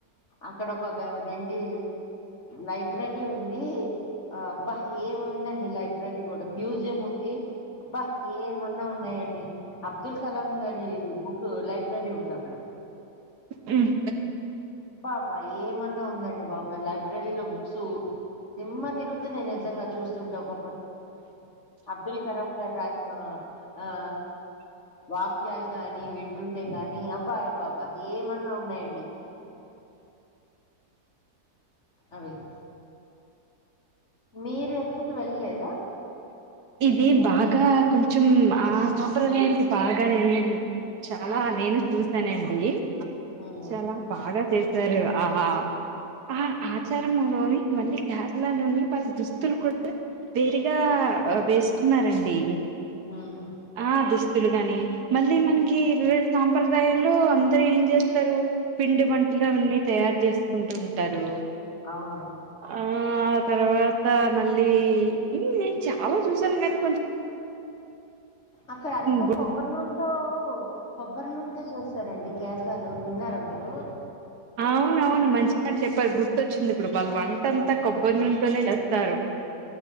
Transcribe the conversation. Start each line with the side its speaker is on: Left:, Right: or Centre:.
Left: అక్కడ ఒకటీ అది ఏంటి లైబ్ బ్రరీ ఉంది. ఆ అబ్బా ఏముందండి లైబ్రరీ కూడా మ్యూజియం ఉంది. ఆబ్బా ఏమన్నా ఉన్నాయండి. అబ్దుల్ కలాం గారి బుక్ లైబ్రరీ ఉంది. అక్కడ
Right: హ్మ్.
Left: అబాబ్బా ఏమన్నా ఉంద అబ్బబ లైబ్రరీలో బుక్స్ దిమ్మ తిరుగుతున్నయి నిజంగా చూస్తుంటే ఒక్కొక్కటి అబ్దుల్ కరం గారు రాసిన ఆ వా ముత్యాలు కాని వింటుంటే కానీ అబ్బా అబ్బా అబ్బా ఏమన్నా ఉన్నాయండి అవి మీరు ఎక్కడికి వెళ్ళలేదా
Right: ఇది బాగా కొంచెం ఆ సాంప్రదాయానికి బాగా నేనను చాలా నేను చూసానండి
Left: ఉమ్
Right: చాలా బాగా చే స్తారు ఆ ఆ ఆచారం లోని ఇవన్నీ కేరళలోని వాళ్ళ దుస్తులు కూడా వేరుగా వేసుకున్నారండి
Left: హ్మ్.
Right: ఆ దుస్తులు గాని మళ్ళీ మనకి వివిధ సాంప్రదాయాల్లో అందరు ఏం చేస్తారు పిండి వంటలు అన్నీ తయారు చేసుకుంటూ ఉంటారు
Left: అవును.
Right: ఆ తర్వాత మళ్ళీ నేను చాలా చూసాను కానీ కొంచెం
Left: అక్కడ అంతా
Right: గు
Left: కొబ్బరి నూనతో కొబ్బరి నూనెలుతో చేస్తారండి కేరళలో విన్నారు మీరు
Right: అవున అవును మంచిగాని చెప్పారు గుర్తుచ్చింది ఇప్పుడు వాళ్ళు వంటంతా కొబ్బరి నూనేతోనే చేస్తారు